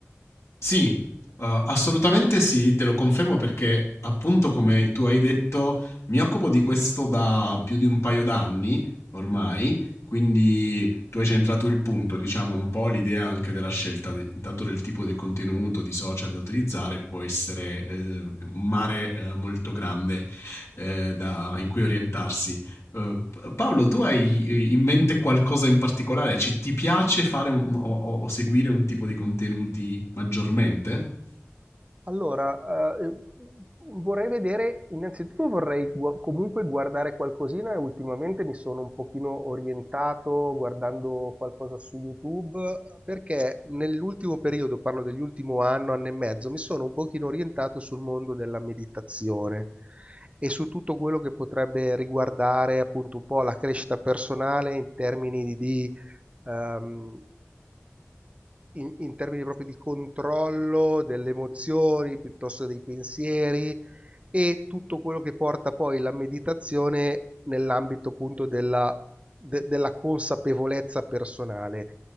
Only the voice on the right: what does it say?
Allora, eh, ehm, vorrei vedere, innanzitutto vorrei gua- comunque guardare qualcosina e ultimamente mi sono un pochino orientato guardando qualcosa su YouTube perché nell'ultimo periodo, parlo dell'ultimo anno, anno e mezzo, mi sono un pochino orientato sul mondo della meditazione e su tutto quello che potrebbe riguardare appunto un po' la crescita personale in termini di, di, ehm, in, in termini proprio di controllo delle emozioni, piuttosto dei pensieri e tutto quello che porta poi la meditazione nell'ambito appunto della, de- della consapevolezza personale.